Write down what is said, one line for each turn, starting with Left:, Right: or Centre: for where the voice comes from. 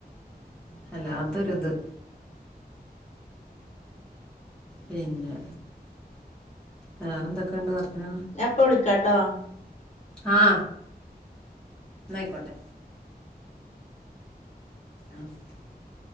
Centre: വല്ലാത്തൊരിത് പിന്നെ വേറെന്തൊക്കെയുണ്ട് വർത്തമാന
Left: ഞാൻ ഇപ്പ വിളിക്കാട്ടോ
Centre: ആ ആയിക്കോട്ടെ ആ <inaudible>